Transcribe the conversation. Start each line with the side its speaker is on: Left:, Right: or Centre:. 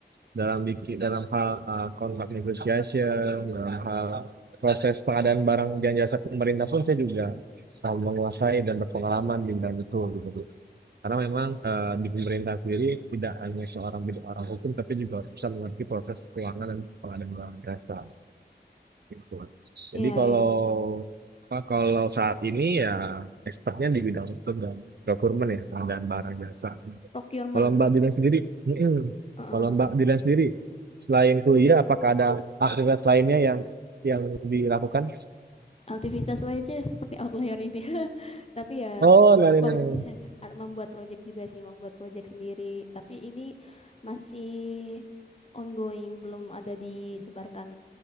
Right: dalam bikin dalam hal uh, kontrak negotiation, dalam hal proses pengadaan barang dan jasa pemerintah pun saya juga uh, menguasai dan berpengalaman di bidang itu gitu. Karena memang uh, di pemerintah sendiri tidak hanya seorang bidang orang hukum, tapi juga bisa mengerti proses keuangan dan pengadaan barang jasa gitu. Jadi
Left: Iya,
Right: kalau
Left: iya.
Right: apa, kalau saat ini ya expertnya di bidang hukum dan procurement ya pengadaan barang jasa.
Left: Procurement.
Right: Kalau Mbak Dilan sendiri, mm-mm.
Left: Heeh.
Right: Kalau Mbak Dilan sendiri, selain kuliah, apakah ada aktivitas lainnya yang yang dilakukan?
Left: Aktivitas lainnya seperti outlier ini. <laughs> Tapi ya
Right: Oh, dari
Left: mem
Right: ini.
Left: <laughs> membuat project juga sih, membuat project sendiri. Tapi ini masih ongoing, belum ada disebarkan